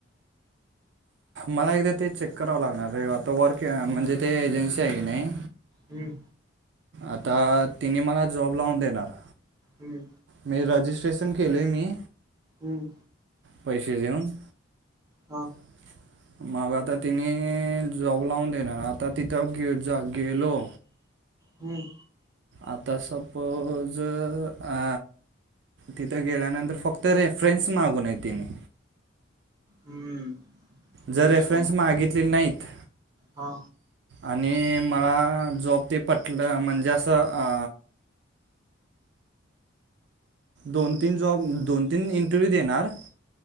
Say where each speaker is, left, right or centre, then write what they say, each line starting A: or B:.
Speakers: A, on the right; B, on the right.
A: मला एकदा ते चेक करावं लागणार आहे. आता वर्क म्हणजे ते एजन्सी आहे की नाही.
B: हम्म.
A: आता तिने मला जॉब लावून देणार.
B: हम्म
A: मी रजिस्ट्रेशन केलय मी.
B: हम्म.
A: पैसे देऊन.
B: हां.
A: <unintelligible> मग आता तिने जॉब लावून देणार, आता तिथं गेलो.
B: हम्म.
A: आता सपोज, आ तिथं गेल्यानंतर फक्त रेफरन्स मागू नये तिने.
B: हम्म.
A: जर
B: तो विषय
A: रेफरन्स
B: आहे
A: मागितले नाहीत.
B: हा.
A: आणि मला जॉब ते पटलं म्हणजे असं अ दोन-तीन जॉब, दोन-तीन इंटरव्यू देणार.